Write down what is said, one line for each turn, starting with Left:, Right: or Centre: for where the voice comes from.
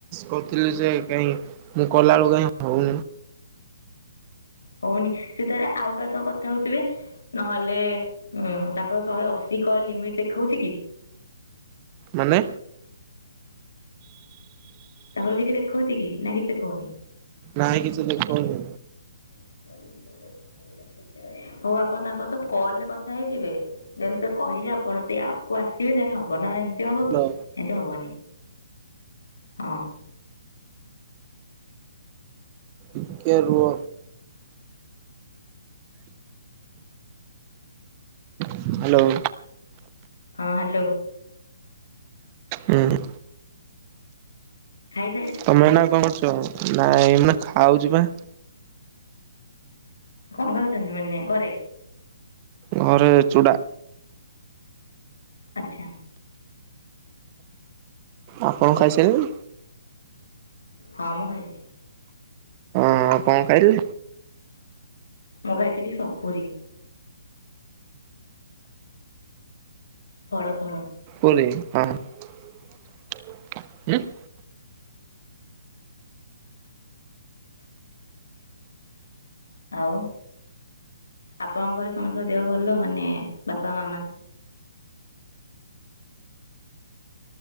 Right: କହୁଥିଲି ଯେ କାଇହିଁ ମୁଁ କଲା ବେଳୁ କାଇହିଁ ହଉନି?
Left: ହଉନି ସେ ତାରେ ଆଉ କାହା ସହ କଥା ହଉଥିବେ ନହେଲେ ଉଁ ତାଙ୍କର ଶହେ ଅଶୀ କଲ ଲିମିଟ୍ ଦେଖାଉଛି କି?
Right: ମାନେ
Left: ତାଙ୍କର କିଛି ଦେଖଉଛି କି ନା କିଛି ଦେଖଉନି?
Right: ନହିଁ କିଛି ଦେଖନି।
Left: <unintelligible> ହଉ ଆପଣ ତାଙ୍କ ସହ କଲରେ କଥା ହେଇଯିବେ, ଯେନ୍ ସେ କହିଲେ ଆପଣ ସେ ଆପ୍ କୁ ଆସିବେ ଯେନ ହବ ନା ଏମିତି ହବ
Right: ହ୍ୟାଲୋ
Left: କି ଏମତି ହବନି! ହଁ
Right: ଟିକେ ରୁହ। ହ୍ୟାଲୋ!
Left: ହଁ ହ୍ୟାଲୋ!
Right: ହୁଁ।
Left: ଖାଇ
Right: ତମେ ନା କଣ କରୁଛ! ନାଇଁ ଏ ମ ଖାଉଛି ବା।
Left: କ ଖାଉଛନ୍ତି ମାନେ ଘରେ?
Right: ଘରେ ଚୂଡ଼ା।
Left: ଆଚ୍ଛା।
Right: ଆପଣ ଖାଇ ସାଇଲେଣି?
Left: ହଁ ମୁଁ ଖାଇଛି।
Right: ହଁ କଣ ଖାଇଲେ?
Left: ମୁଁ ଗାଇଥିଲି ସପୁରୀ। ଫଳ ଫଳ।
Right: <unintelligible>
Left: ଆଉ? ଆପଣଙ୍କ ଘରେ ସମସ୍ତଙ୍କ ଦେହ ଭଲ ମାନେ ବାପା ମାମା?